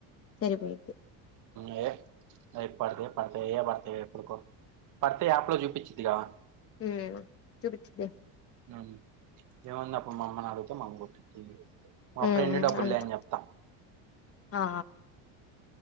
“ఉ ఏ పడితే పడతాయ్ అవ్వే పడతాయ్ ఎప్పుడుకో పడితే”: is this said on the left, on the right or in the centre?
Right